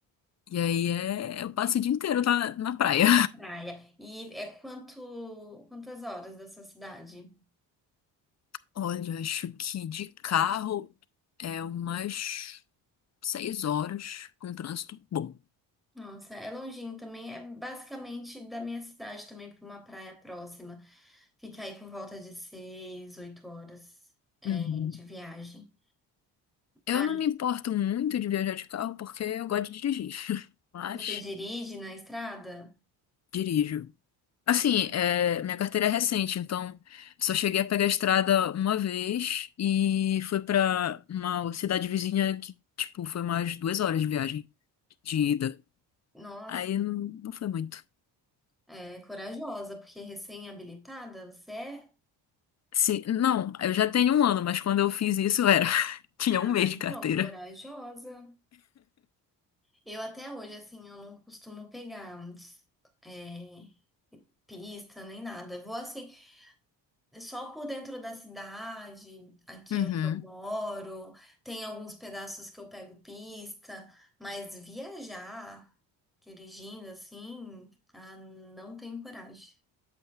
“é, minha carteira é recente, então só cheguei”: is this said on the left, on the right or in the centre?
Left